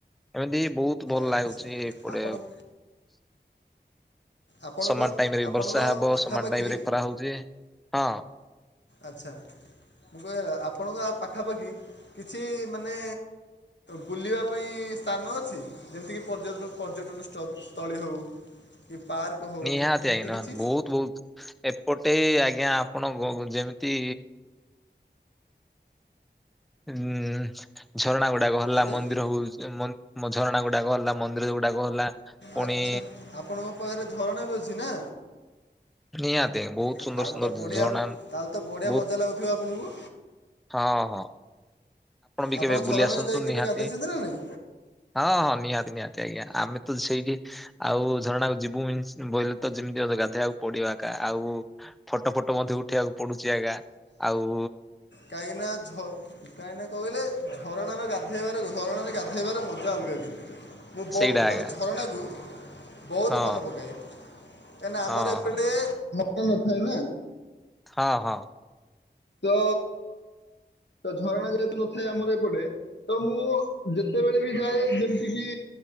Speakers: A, in the centre; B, on the left.
A: ଏମିତି ବହୁତ ଭଲ
B: ଆଚ୍ଛା
A: ଲାଗୁଛି ଏପଟେ
B: ଆପଣ
A: ଆଉ
B: ଆପଣଙ୍କ
A: ସମାନ ଟାଇମରେ ବି
B: ଆପଣଙ୍କ
A: ବର୍ଷା ହବ,
B: ପାଖାପାଖି
A: ସମାନ ଟାଇମ ରେ ଖରା ହଉଛି ହଁ।
B: ଆଛା ମୁଁ କୁହାଗଲା ଆପଣଙ୍କ ପାଖାପାଖି କିଛି ମାନେ ବୁଲିବା ପାଇଁ ସ୍ଥାନ ଅଛି, ଯେମିତିକି ପର୍ଯ୍ୟ ପର୍ଯ୍ୟଟନସ୍ଥଳୀ ହଉ। କି ପାର୍କ। ହଉ
A: ନିହାତି
B: ଏମିତି
A: ଆାଇନାହାନ୍ତି,
B: କିଛି
A: ବହୁତ ବହୁତ ଏପଟେ ଆଜ୍ଞା ଆପଣ ଯେମିତି ହୁଁ ଝରଣା ଗୁଡାକ ହେଲା
B: ଆଜ୍ଞା
A: ମନ୍ଦିର ହଉ ଝରଣା ଗୁଡାକ ହେଲା ମନ୍ଦିର ଗୁଡାକ ହେଲା। ପୁଣି
B: ଆଛା ଆପଣଙ୍କ ପାଖରେ ଝରଣା ବି ଅଛି ନା।
A: ନିହାତି ବହୁତ
B: ଆ
A: ସୁନ୍ଦର
B: ତାହେଲେ
A: ସୁନ୍ଦର
B: ତ ବଢିଆ,
A: ଝରଣା
B: ତାହେଲେ ତ ବଢିଆ
A: ବହୁତ
B: ମଜା ଲାଗୁଥିବ ଆପଣଙ୍କୁ।
A: ହଁ ହଁ ବି
B: ଆପଣ
A: କେବେ
B: ଝରଣାରେ
A: ବୁଲି ଆସନ୍ତୁ
B: ଯାଇ କେବେ
A: ନିହାତି।
B: ଗାଧୋଇଛନ୍ତି ନା ନାଇଁ?
A: ହଁ ହଁ ନିହାତି ନିହାତି ଆଜ୍ଞା ଆମେ ତ ସେଇଠି। ଆଉ ଝରଣାକୁ ଯିବୁ ବୋଇେ ତ ଯେମିତି ଗାଧେଇୋଇବାକୁ ପଡିବ ଆକା, ଆଉ ଫଟୋ ଫଟ ଟ ମଧ୍ୟ ଉଠେଇବାକୁ ପଡୁଛି ଆଜ୍ଞା ଆଉ
B: କାଇହିଁନା ଝର କାହିଁନା କହିଲେ ଝରଣାରେ ଗାଧେଇବାର ଝରଣାରେ ଗାଧେଇବାର ମଜା ଅଲଗା କିନ୍ତୁ ମୁଁ ବହୁତ
A: ସେଇଟା
B: ମାନେ
A: ଆଜ୍ଞା
B: ଝରଣାକୁ ବହୁତ
A: ହଁ
B: ମନେ ପକାଏ କାହିଁକିନା
A: ହଁ
B: ଆମର ଏପଟେ
A: ହଁ
B: ନଥାଏ ନା।
A: ହଁ ହଁ।
B: ତ ତ ଝରଣା ଯେହେତୁ ନଥାଏ ଆମର ଏପଟେ, ତ ମୁଁ ଯେତେବେଳେ ବି ଯାଏ ଯେମିତି କିି